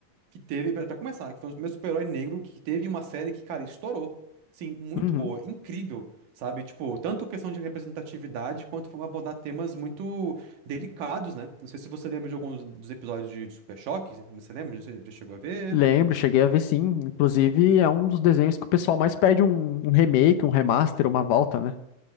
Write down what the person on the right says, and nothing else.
que teve, pra pra começar, que foi um dos primeiros super-herói negro que teve uma série que, cara, estourou. Sim, muito
boa, incrível, sabe? Tipo, tanto questão de representatividade quanto foi abordar temas muito delicados, né? Não sei se você lembra de alguns dos episódios de, de Super Choque, você lembra? Você já chegou a ver?